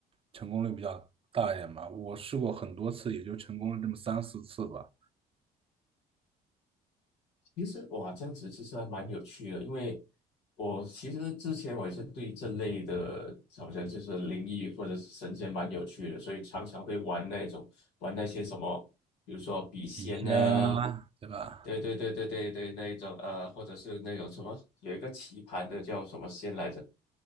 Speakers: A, on the right (about 35°); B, on the left (about 85°).
A: 成功率比较大一点吧。我试过很多次，也就成功了这么三四次吧。
B: 其实哇，这样子其实还蛮有趣的，因为我其实之前我也是对这类的，好像就是灵异或者是神仙蛮有趣的，所以常常会玩那种玩那些什么，比如说笔仙啊，
A: 笔仙啊，对吧？
B: 对对对对对对，那一种呃，或者是那种什么有一个棋盘的叫什么仙来着，